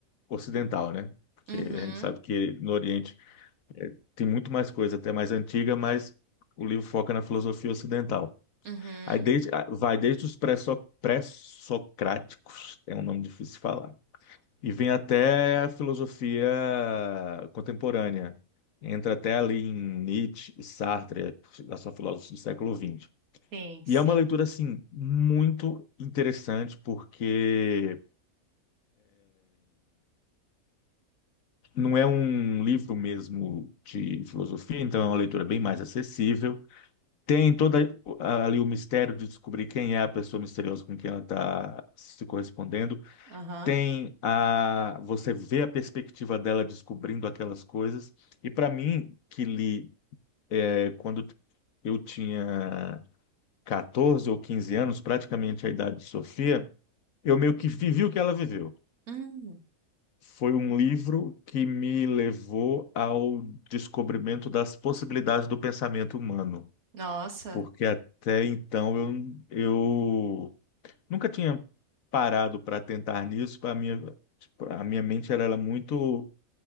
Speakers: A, on the left; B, on the right.
A: ocidental, né? Porque
B: Uhum,
A: a gente sabe que no Oriente eh, tem muito mais coisa, até mais antiga, mas o livro foca na filosofia ocidental.
B: uhum.
A: Aí desde, ah, vai desde os pré-so- pré-socráticos, é um nome difícil de falar, e vem até a filosofia contemporânea. Entra até ali em Nietzsche e Sartre, a sua filósofos do século XX.
B: Sim, sim.
A: E é uma leitura, assim, muito interessante, porque não é um livro mesmo de filosofia, então é uma leitura bem mais acessível. Tem toda ali o mistério de descobrir quem é a pessoa misteriosa com quem ela está se correspondendo.
B: Aham.
A: Tem a você vê a perspectiva dela descobrindo aquelas coisas. E para mim, que li é, quando eu tinha 14 ou 15 anos, praticamente a idade de Sofia, eu meio que vivi o que ela viveu.
B: Hum,
A: foi um livro que me levou ao descobrimento das possibilidades do pensamento humano,
B: nossa,
A: porque até então eu, eu nunca tinha parado para tentar nisso. A minha, tipo, a minha mente era, ela muito,